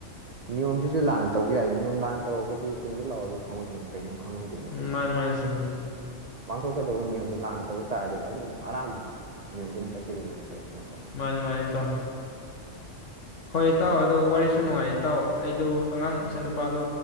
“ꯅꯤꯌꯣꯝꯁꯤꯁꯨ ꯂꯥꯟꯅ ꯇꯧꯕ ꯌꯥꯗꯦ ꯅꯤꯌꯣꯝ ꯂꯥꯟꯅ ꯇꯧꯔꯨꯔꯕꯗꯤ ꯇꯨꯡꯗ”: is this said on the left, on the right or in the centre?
Right